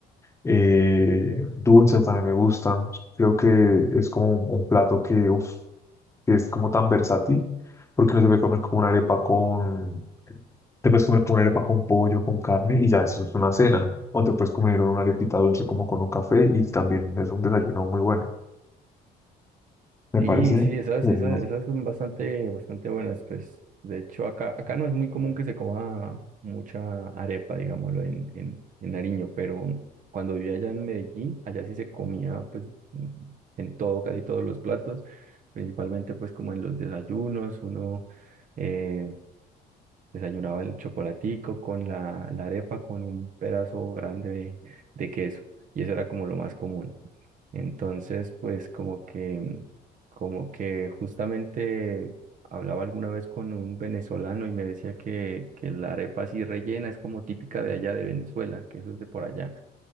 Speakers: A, on the left (about 15°); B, on the right (about 50°).
A: eh, dulces también me gustan. Creo que es como un, un plato que, uf, que es como tan versátil porque no se puede comer como una arepa con... Te puedes comer como una arepa con pollo, con carne y ya eso es una cena. O te puedes comer una arepita dulce como con un café y también es un desayuno muy bueno. Me
B: Sí,
A: parece
B: sí, esas,
A: genial.
B: esas, esas son bastante, bastante buenas, pues. De hecho, acá, acá no es muy común que se coma mucha arepa, digámoslo, en, en, en Nariño, pero cuando vivía allá en Medellín, allá sí se comía, pues, en en todo, casi todos los platos, principalmente, pues, como en los desayunos, uno eh, desayunaba el chocolatico con la, la arepa, con un pedazo grande de, de queso, y eso era como lo más común. Entonces, pues como que, como que justamente hablaba alguna vez con un venezolano y me decía que, que la arepa así rellena es como típica de allá de Venezuela, que eso es de por allá.